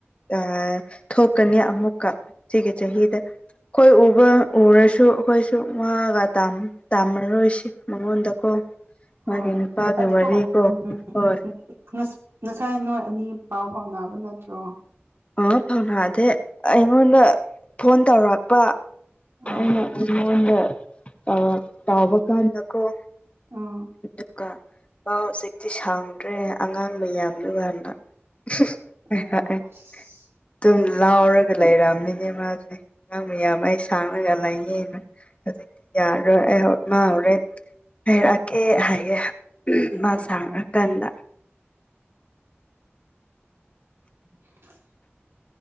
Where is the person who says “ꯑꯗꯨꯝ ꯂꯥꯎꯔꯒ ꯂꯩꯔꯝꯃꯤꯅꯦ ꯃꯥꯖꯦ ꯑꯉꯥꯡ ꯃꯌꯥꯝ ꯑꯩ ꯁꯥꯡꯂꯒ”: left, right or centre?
Left